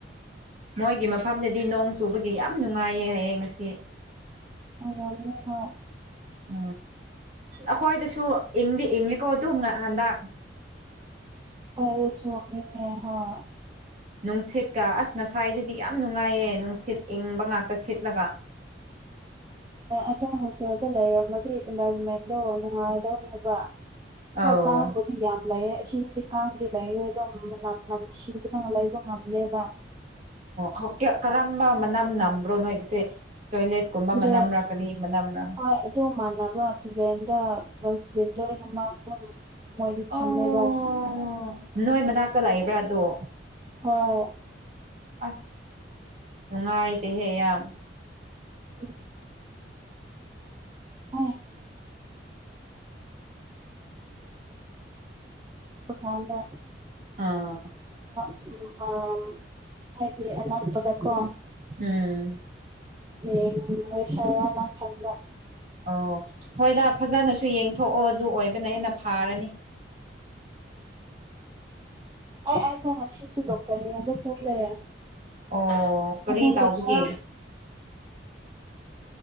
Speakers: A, on the right; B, on the right.
A: ꯃꯣꯏꯒꯤ ꯃ ꯏꯝꯐꯥꯟꯗꯗꯤ ꯅꯣꯡ ꯆꯨꯕꯒꯤ ꯌꯥꯝ ꯅꯨꯡꯉꯥꯏꯌꯦ ꯍꯌꯦꯡ ꯉꯁꯤ
B: ꯑꯏꯔꯝꯃꯅꯤ ꯍ <unintelligible>
A: ꯑ ꯑꯩꯈꯣꯏꯗꯁꯨ ꯏꯪꯗꯤ ꯏꯪꯉꯦꯀꯣ ꯑꯗꯨꯅ ꯍꯟꯗꯛ
B: <inaudible>
A: ꯅꯨꯡꯁꯤꯠꯀ ꯑꯁ ꯉꯁꯥꯏꯗꯨꯗꯤ ꯌꯥꯝ ꯅꯨꯡꯉꯥꯏꯌꯦ ꯅꯨꯡꯁꯤꯠ ꯏꯪꯕ ꯉꯥꯛꯇ ꯁꯤꯠꯂꯒ <inaudible>
B: ꯑꯗꯣꯝ ꯍꯣꯁꯇꯦꯜꯗ ꯂꯩꯔꯝꯃꯗꯤ ꯏꯟꯚꯥꯏꯔꯣꯟꯃꯦꯟꯗꯣ ꯅꯨꯡꯉꯥꯏꯔ ꯂꯩꯕ
A: ꯑꯧ
B: ꯍꯣꯏ ꯀꯥꯡꯕꯨꯗꯤ ꯌꯝ ꯂꯩꯌꯦ <inaudible> ꯂꯩꯌꯥ ꯑꯗ ꯅꯝꯊꯤꯕꯅ ꯂꯩꯕ ꯉꯝꯗꯥꯕ
A: ꯑꯣ ꯀꯔꯝꯕ ꯃꯅꯝ ꯅꯝꯕ꯭ꯔꯣ ꯅꯣꯏꯒꯤꯁꯦ ꯇꯣꯏꯂꯦꯠꯀꯨꯝꯕ
B: ꯇꯨꯔꯦꯟ
A: ꯃꯅꯝꯔꯥ ꯀꯔꯤ ꯃꯅꯝꯔꯥ
B: ꯍꯣꯏ ꯑꯗꯨ ꯃꯥꯟꯅꯕ ꯇꯨꯔꯦꯟꯗ ꯗꯁꯄꯤꯟ ꯂꯥꯏꯅꯃꯛ ꯑꯗꯨꯝ ꯃꯣꯏꯗꯤ
A: ꯑꯣ
B: ꯊꯝꯃꯦꯕꯥ
A: ꯅꯣꯏ ꯃꯅꯥꯛꯇ ꯂꯩꯕ꯭ꯔꯥ ꯑꯗꯣ
B: ꯍꯣꯏ
A: ꯑꯁ ꯅꯨꯡꯉꯥꯏꯇꯍꯦ ꯌꯥꯝ
B: ꯎ <inaudible> <inaudible> ꯄꯀꯥꯟꯗ
A: ꯑꯥ
B: <inaudible> ꯍꯥꯏꯗꯤ ꯑꯅꯛꯄꯗꯀ
A: ꯎꯝ
B: ꯌꯉꯨꯁꯤꯔꯅ ꯈꯟꯕ
A: ꯑꯣ ꯍꯣꯏꯗ ꯐꯖꯅꯁꯨ ꯌꯦꯡꯊꯣꯛꯑꯣ ꯑꯗꯨ ꯑꯣꯏꯕꯅ ꯍꯦꯟꯅ ꯐꯥꯔꯅꯤ
B: ꯑ ꯑꯗꯁꯤꯁꯨ ꯗꯣꯛꯇꯔ ꯌꯦꯡꯕꯒꯤ ꯆꯠꯂ
A: ꯑꯣ ꯀꯔꯤ
B: ꯑꯗꯨꯒꯤ
A: ꯇꯥꯎꯕꯒꯦ
B: ꯈꯔ